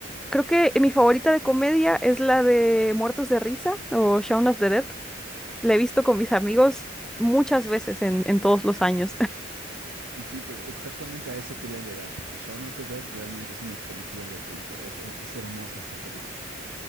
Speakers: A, in the centre; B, on the right.
A: creo que mi favorita de comedia es la de Muertos de Risa o Shaun of the Dead. La he visto con mis amigos muchas veces en, en todos los años.
B: Sí, pues exactamente a eso quería llegar, porque Shaun of the Dead realmente es una película de culto. Es, es- es hermosa esta película.